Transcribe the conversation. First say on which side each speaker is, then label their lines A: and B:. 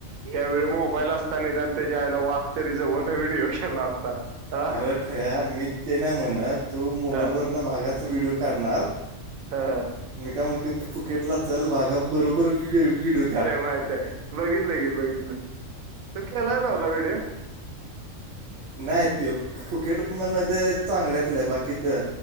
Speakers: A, on the right (about 80°); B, on the right (about 65°).
A: त्यावेळी मोबाईल असताना त्या त्याच्या आईला वाक तरी जवन व्हिडिओ केला असता. हा
B: अरे खळ्या मी ते नाही म्हणत तू मोबाईल
A: हा,
B: वरन भागाचा व्हिडिओ काढणार.
A: हा.
B: मी काय मते फुकेटला चल वाघा बरोबर व्हिडिओ काढ
A: माहितय बघितलं बघितलं त केलाय नव का व्हिडिओ.
B: नाही त फुकेट मध्ये चांगल्यातलंय बाकी तर.